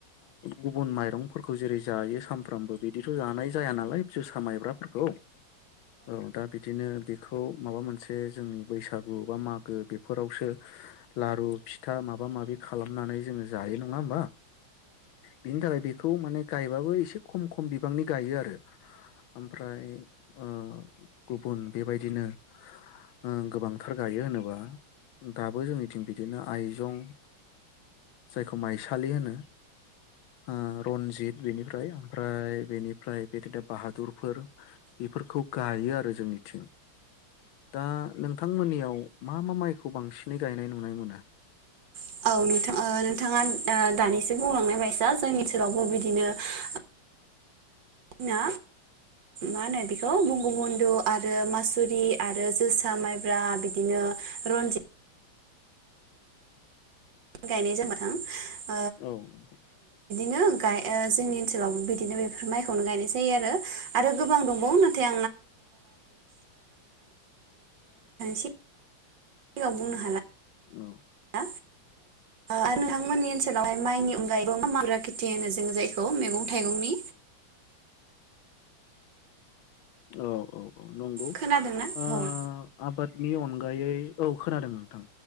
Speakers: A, on the left; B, on the right.
A: गुबुन माइरंफोरखौ जेरै जायो सानफ्रामबो बिदिथ' जानाय जाया नालाय जोसा माइब्राफोरखौ औ दा बिदिनो बेखौ माबा मोनसे जोंनि बैसागु बा मागो बेफोरावसो लारु फिथा माबा माबि खालामनानै जों जायो नङा होमबा बिनि थाखाय बेखौ माने गायबाबो एसे खम खम बिबांनि गायो आरो ओमफ्राय ओ गुबुन बेबायदिनो ओम गोबांथार गायो होनोबा दाबो जोंनिथिं बिदिनो आइजं जायखौ माइसालि होनो ओम रन्जित बेनिफ्राय ओमफ्राय बेनिफ्राय बिदिनो बाहादुरफोर बेफोरखौ गायो आरो जोंनिथिं दा नोंथांमोननियाव मा मा माइखौ बांसिनै गायनाय नुनाय मोनो
B: <inaudible> <unintelligible> मा होनो बेखौ बंग बन्धु आरो मासुरि आरो जोसा माइब्रा बिदिनो रनजित गायनाय जाबाय <unintelligible>
A: औ <unintelligible>
B: <unintelligible> ओ जोंनि ओनसोलाव बिनो बे माइखौनो गायनाय जायो आरो गोबां दंबावो नाथाय <unintelligible> <unintelligible> <unintelligible> हाला
A: औ
B: औ आरो नोंथांमोननि ओनसोलावहाय माइनि <unintelligible> मैगं थाइगंनि
A: औ औ औ नंगौ
B: खोनादोंना
A: ओ
B: औ
A: आबादनि अनगायै औ खोनादों नोंथां